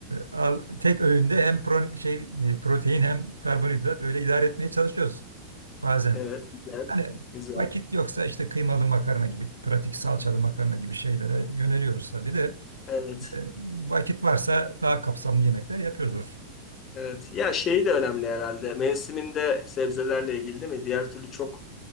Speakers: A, on the right (about 80°); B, on the left (about 30°).
A: al, tek öğünde hem pro- şey e, protein hem karbonhidrat öyle idare etmeye çalışıyoruz bazen.
B: Evet güzel.
A: Hani
B: Güzel.
A: vakit yoksa işte kıymalı makarna gibi, pratik salçalı makarna gibi şeylere yöneliyoruz tabii de
B: Evet.
A: e, vakit varsa daha kapsamlı yemekler yapıyoruz. doğrusu.
B: Evet. Ya şey de önemli herhalde. Mevsiminde sebzelerle ilgili değil mi? Diğer türlü çok